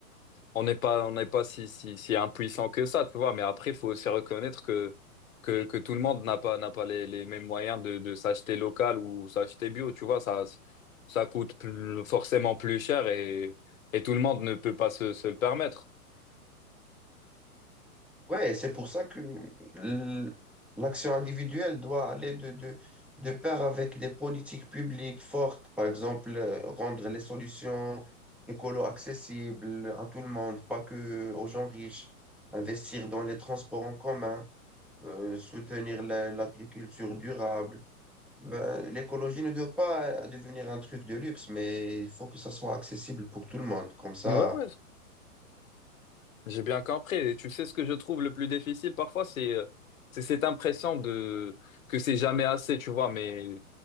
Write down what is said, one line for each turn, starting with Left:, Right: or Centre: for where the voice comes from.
Left: on n'est pas, on n'est pas si, si, si impuissant que ça, tu vois. Mais après, il faut aussi reconnaître que, que, que tout le monde n'a pas, n'a pas les, les mêmes moyens de, de s'acheter local ou s'acheter bio, tu vois. Ça, ça coûte plus- forcément plus cher et, et tout le monde ne peut pas se, se le permettre.
Centre: Ouais, c'est pour ça que l- l'action individuelle doit aller de, de, de pair avec des politiques publiques fortes. Par exemple, euh, rendre les solutions écolo accessibles à tout le monde, pas que aux gens riches. Investir dans les transports en commun, euh, soutenir la- l'agriculture durable. Ben, l'écologie ne doit pas euh, devenir un truc de luxe, mais il faut que ça soit accessible pour tout le monde. Comme ça,
Left: Ouais, ouais, j'ai bien compris. Et tu sais, ce que je trouve le plus difficile parfois, c'est, euh, c'est cette impression de, que c'est jamais assez, tu vois. Mais